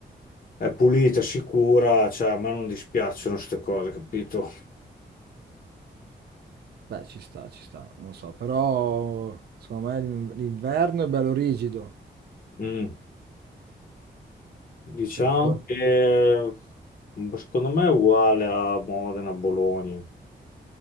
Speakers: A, on the left; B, on the right.
A: è pulita, sicura, cioè a me non dispiacciono queste cose, capito?
B: Beh, ci sta, ci sta, non so, però secondo me l'in- l'inverno è bello rigido.
A: Mm. Diciamo
B: Cioè, for-
A: che secondo me è uguale a Modena, Bologna.